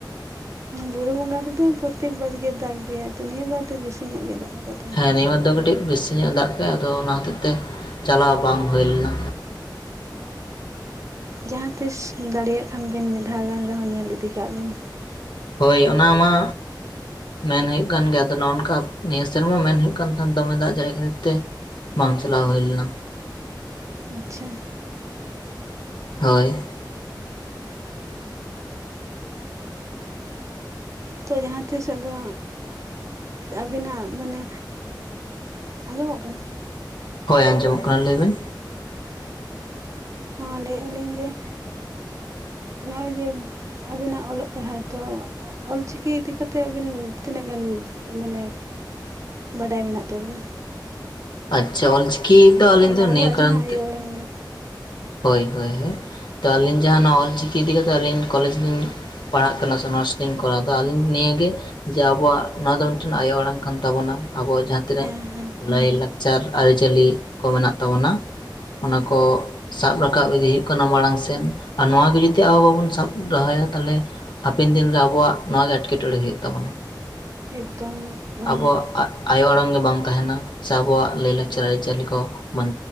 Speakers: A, on the right (about 40°); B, on the left (about 70°).
A: ᱵᱩᱨᱩ ᱵᱚᱸᱜᱟ ᱨᱮᱫᱚ ᱯᱨᱚᱛᱮᱠ ᱵᱟᱨ ᱜᱮ ᱫᱟᱜ ᱜᱮᱭᱟ ᱛᱚ ᱱᱤᱭᱟᱹ ᱵᱟᱨ ᱫᱚ ᱵᱤᱥᱤ ᱧᱚᱜ ᱜᱮ ᱫᱟᱜ ᱟᱠᱟᱫᱟ
B: ᱦᱮᱸ ᱱᱤᱭᱟᱹ <unintelligible> ᱠᱟᱹᱴᱤᱡ ᱵᱮᱥᱤ ᱧᱚᱜ ᱫᱟᱜ ᱠᱮᱫ ᱟᱫᱚ ᱚᱱᱟ ᱦᱚᱛᱮᱡ ᱛᱮ ᱪᱟᱞᱟᱣ ᱵᱟᱝ ᱦᱩᱭ ᱞᱮᱱᱟ
A: ᱡᱟᱦᱟᱸ ᱛᱤᱥ ᱫᱟᱲᱮᱭᱟᱜ ᱠᱷᱟᱱ ᱵᱤᱱ ᱢᱤᱫ ᱫᱷᱟᱣ ᱜᱟᱱ ᱨᱮᱦᱚᱸ ᱧᱮᱞ ᱤᱫᱤ ᱠᱟᱜ ᱵᱤᱱ
B: ᱦᱳᱭ ᱚᱱᱟ ᱢᱟ ᱢᱮᱱ ᱦᱩᱭᱩᱜ ᱠᱟᱱ ᱜᱮᱭᱟ ᱟᱫᱚ ᱱᱚᱜ ᱱᱚᱝᱠᱟ ᱱᱤᱭᱟᱹ ᱥᱮᱨᱢᱟ ᱢᱮᱱ ᱦᱩᱭᱩᱜ ᱠᱟᱱ ᱛᱟᱦᱮᱸᱱᱟ ᱫᱚᱢᱮ ᱫᱟᱜ ᱡᱟᱹᱲᱤ ᱠᱷᱟᱹᱛᱤᱨ ᱛᱮ ᱵᱟᱝ ᱪᱟᱞᱟᱣ ᱦᱩᱭ ᱞᱮᱱᱟ᱾
A: ᱟᱪᱪᱷᱟ
B: ᱦᱳᱭ
A: ᱛᱚ ᱡᱟᱦᱟᱸ ᱛᱤᱥᱚᱜ ᱫᱚ ᱟᱹᱵᱤᱱᱟᱜ ᱢᱟᱱᱮ ᱟᱸᱡᱚᱢᱚᱜ ᱠᱟᱱᱟ
B: ᱦᱳᱭ ᱟᱸᱡᱚᱢᱚᱜ ᱠᱟᱱᱟ ᱞᱟᱹᱭᱵᱮᱱ
A: ᱦᱚᱸ ᱞᱟᱹᱭᱮᱜᱼᱟ ᱞᱤᱧ ᱡᱮ ᱱᱚᱼᱚᱭ ᱡᱮ ᱟᱵᱤᱱᱟᱜ ᱚᱞᱚᱜ ᱯᱟᱲᱦᱟ ᱛᱚ ᱚᱞ ᱪᱤᱠᱤ ᱤᱫᱤ ᱠᱟᱛᱮᱜ ᱟᱹᱵᱤᱱ ᱛᱤᱱᱟᱹᱜ ᱜᱟᱱ ᱢᱟᱱᱮ ᱵᱟᱰᱟᱭ ᱢᱮᱱᱟᱜ ᱛᱟᱵᱤᱱᱟ?
B: ᱟᱪᱪᱷᱟ ᱚᱞ ᱪᱤᱠᱤ ᱫᱚ ᱟᱹᱞᱤᱧ
A: ᱢᱟᱱᱮ
B: ᱫᱚ
A: ᱟᱵᱚᱣᱟᱜ
B: ᱱᱤᱭᱟᱹ ᱠᱟᱨᱚᱱ
A: ᱡᱟᱦᱟᱸ
B: ᱛᱮ
A: ᱤᱭᱟᱹ
B: ᱦᱳᱭ ᱦᱳᱭ ᱦᱮ ᱛᱚ ᱟᱹᱞᱤᱧ ᱡᱟᱦᱟᱸ ᱱᱚ ᱚᱞ ᱪᱤᱠᱤ ᱤᱫᱤ ᱠᱟᱛᱮ ᱟᱹᱞᱤᱧ ᱠᱚᱞᱮᱡᱽ ᱞᱤᱧ ᱯᱟᱲᱟᱜ ᱠᱟᱱᱟ ᱥᱮ ᱚᱱᱟᱨᱥ ᱞᱤᱧ ᱠᱚᱨᱟᱣ ᱫᱟ ᱟᱹᱞᱤᱧ ᱱᱤᱭᱟᱹ ᱜᱮ ᱡᱮ ᱟᱵᱚᱣᱟᱜ ᱱᱚᱣᱟ ᱫᱚ ᱢᱤᱫᱴᱮᱱ ᱟᱭᱳ ᱟᱲᱟᱝ ᱠᱟᱱ ᱛᱟᱵᱚᱳᱱᱟ ᱟᱵᱚᱣᱟᱜ ᱡᱟᱦᱟᱸ ᱛᱤᱱᱟᱹᱜ
A: ᱦᱮᱸ ᱦᱮᱸ
B: ᱞᱟᱭᱞᱟᱠᱪᱟᱨ ᱟᱹᱨᱤᱪᱟᱹᱞᱤ ᱠᱚ ᱢᱮᱱᱟᱜ ᱛᱟᱵᱚᱱᱟ ᱚᱱᱟᱠᱚ ᱥᱟᱵ ᱨᱟᱠᱟᱵ ᱤᱫᱤ ᱦᱩᱭᱩᱜ ᱠᱟᱱᱟ ᱢᱟᱲᱟᱝ ᱥᱮᱱ ᱟᱨ ᱱᱚ ᱜᱮ ᱡᱩᱫᱤ ᱟᱵᱚ ᱵᱟᱵᱚᱱ ᱥᱟᱵ ᱫᱚᱦᱚᱭᱟ ᱛᱟᱦᱚᱞᱮ ᱦᱟᱯᱮᱱ ᱫᱤᱱ ᱨᱮ ᱟᱵᱚᱣᱟᱜ ᱱᱚᱣᱟ ᱜᱮ ᱮᱴᱠᱮᱴᱚᱬᱮ ᱦᱩᱭᱩᱜ ᱛᱟᱵᱚᱱᱟ
A: ᱮᱠᱫᱚᱢ ᱢᱟᱱᱮ
B: ᱟᱵᱚᱣᱟᱜ ᱟᱭᱳ ᱟᱲᱟᱝ ᱜᱮ ᱵᱟᱝ ᱛᱟᱦᱮᱱᱟ ᱥᱮ ᱟᱵᱚᱣᱟᱜ ᱞᱟᱹᱭ ᱞᱟᱠᱪᱟᱨ ᱟᱹᱨᱤᱪᱟᱹᱞᱤ ᱠᱚ ᱵᱚᱱ